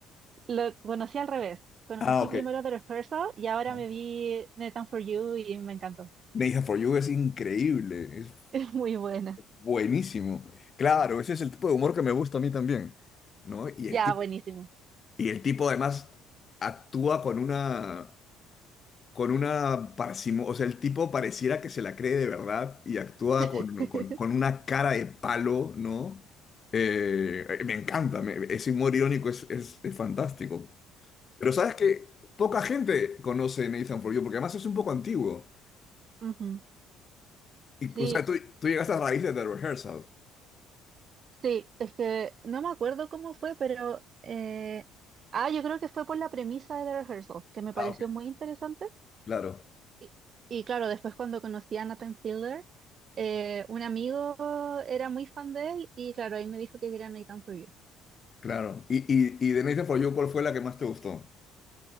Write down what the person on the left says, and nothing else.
Ah, ok.
Ah.
Nathan For You es increíble, es
buenísimo. Claro, ese es el tipo de humor que me gusta a mí también, ¿no? Y el
tipo,
y el tipo además actúa con una con una parsimonia, o sea, el tipo pareciera que se la cree de verdad y actúa con,
con- con una cara de palo, ¿no? Eh, eh, me encanta, me- ese humor irónico es, es- es fantástico. Pero sabes que poca gente conoce Nathan For You, porque además es un poco antiguo.
Y,
o sea, tú, tú llegaste a raíz de The Rehearsal.
Ah,
ok.
Claro,
claro. Y, y, y de Nathan For You, ¿cuál fue la que más te gustó?